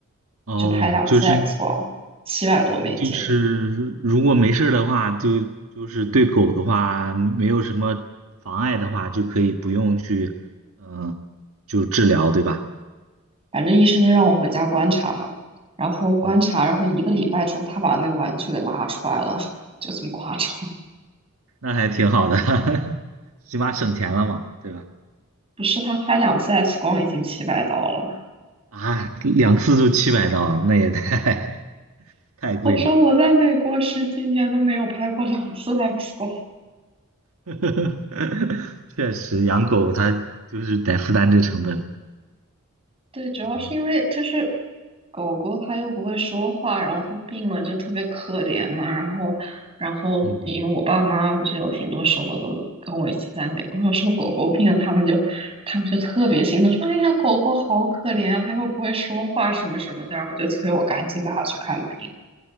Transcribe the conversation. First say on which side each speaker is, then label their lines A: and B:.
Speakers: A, on the right; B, on the right.
A: 哦，
B: 就拍两次
A: 就是
B: X 光，七百多美金，
A: 对，就是如果没事儿的话，就就是对狗的话，没有什么妨碍的话，就可以不用去，嗯，就治疗，对吧？
B: 反正医生就让我回家观察嘛，然后观察，
A: 嗯，
B: 然后一个礼拜之后，他把那个玩具给拉出来了，<laughs> 就这么夸张。
A: 那还挺好的，<laughs> 起码省钱了嘛，对吧？
B: 不是他拍两次 X 光已经七百刀了，
A: 啊，两次都七百刀，那也太 <laughs> 太贵了。
B: 我说我在美国十几年都没有拍过两次 X 光。
A: <laughs> 确实，养狗它就是得负担这成本。
B: 对，主要是因为就是
A: 嗯
B: 狗狗它又不会说话，然后它病了就特别可怜嘛。然后，然后因为我爸妈不是有挺多时候都跟我一起在美国，
A: 嗯，
B: 有时候狗狗病了，他们就他们就特别心疼，说：“哎呀，狗狗好可怜啊，它又不会说话什么什么的。”然后就催我赶紧带它去看病。